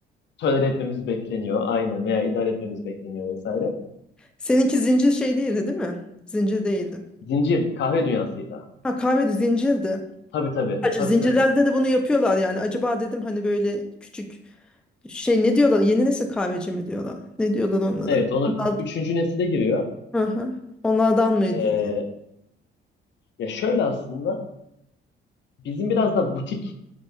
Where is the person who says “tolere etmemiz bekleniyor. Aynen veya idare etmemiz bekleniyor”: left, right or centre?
Left